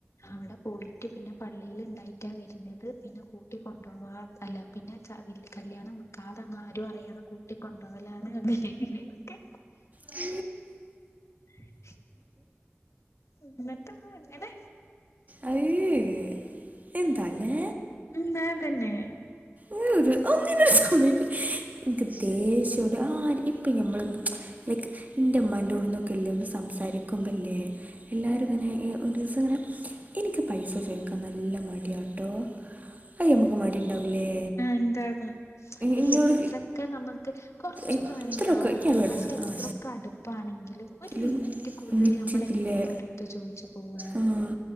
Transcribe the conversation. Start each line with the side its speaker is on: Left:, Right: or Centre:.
Left: അവിടെ പോയിട്ട് പിന്നെ പള്ളിൽ ഉണ്ടായിട്ടാ വര്നത് പിന്നെ കൂട്ടി കൊണ്ടവാ അല്ല പിന്നെ ച്ചാ വെല് കല്യാണം കാത് ഒന്നും ആരും അറിയാതെ കൂട്ടിക്കൊണ്ടോഅലാണ് <unintelligible> ഇങ്ങനെയൊക്കെ.
Right: ച്.
Left: <inaudible> <unintelligible> ഒന്നും ഇങ്ങനെ
Right: അയ് എന്താല്ലേ
Left: എന്താ തന്നെ-
Right: ങ്ങള്ത് ഒന്നിനും സമ്മയ്ക് ഇൻക്ക് ദേഷം ആര് ഇപ്പോ ഞമ്മള് ലൈക്ക് ഇന്റെ ഉമ്മാന്റോട്ന്നൊക്കെ ഇല്ലേ ഒന്ന് സംസാരിക്കുമ്പല്ലേ. എല്ലാരും
Left: ഉം
Right: ഇങ്ങനെ എഹ് ഒരൂസം ഇങ്ങനെ- എനിക്ക് പൈസ ചോദിക്കാൻ നല്ല മടിയാട്ടോ അത് നമുക്ക് മടി ഉണ്ടാവില്ലേ.
Left: ണ്ടാകും എടി
Right: എന്നോട്
Left: എത്രൊക്കെ നമുക്ക് കൊർച്ചൊക്കെ
Right: എത്രയൊക്കെ
Left: വേണങ്കി ആവാം.
Right: ഇയ്യ്
Left: ക്കെ
Right: അറിയോടാ
Left: പക്ഷേ എത്രൊക്കെ
Right: ആ
Left: അടുപ്പാണെങ്കിലും ഒരു
Right: ലും
Left: ലിമിറ്റ് കൂടുതൽ
Right: മിറ്റിക്കില്ലേ
Left: നമ്മൾ എങ്ങനെ ഓരട്ത്ത് ചോദിച്ചു പോവ
Right: ആഹ്